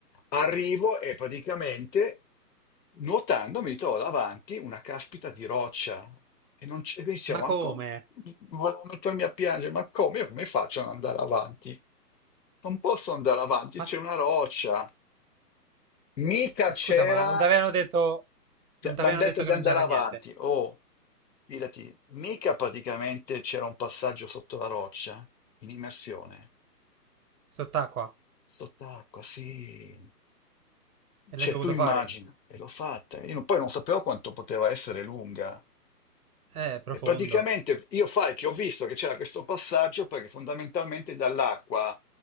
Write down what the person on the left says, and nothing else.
Arrivo e praticamente nuotando mi trovo davanti una caspita di roccia e non c'è, dicevo,
ma come? Volevo mettermi a piangere, ma come? Io come faccio ad andare avanti? Non posso andare avanti,
c'è
una roccia. Mica
c'era,
mi
hanno detto
di
andare
avanti.
Oh, fidati, mica praticamente c'era un passaggio sotto la roccia in immersione.
Sott'acqua, sì.
Cioè,
tu immagina,
e l'ho fatta. Io non- poi non sapevo quanto poteva essere lunga.
E praticamente io fai che ho visto che c'era questo passaggio perché fondamentalmente dall'acqua